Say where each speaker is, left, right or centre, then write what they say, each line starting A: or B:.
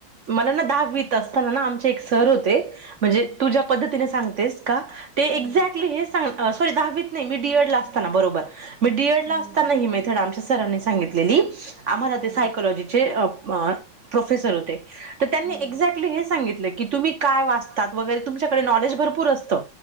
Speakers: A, on the right; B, on the right.
A: मला ना दहावीत असताना ना आमचे एक सर होते, म्हणजे तू ज्या पद्धतीने सांगतेस का ते
B: हम्म
A: एक्झॅक्टली हेस सांग सॉरी दहावीत नाही मी डी. एड. ला असताना बरोबर मी डी. एड. ला
B: हम्म
A: आसताना ही मेथड आमच्या सरांनी सांगित लेली. आम्हाला
B: हम्म
A: ते सायकोलॉजीचे अ म प्रोफेसर होते. तर त्यांनी
B: हम्म
A: एक्झॅक्टली हे सांगितलं की तुम्ही काय वाचतात वगैरे तुमच्याकडे नॉलेज भरपूर असतं,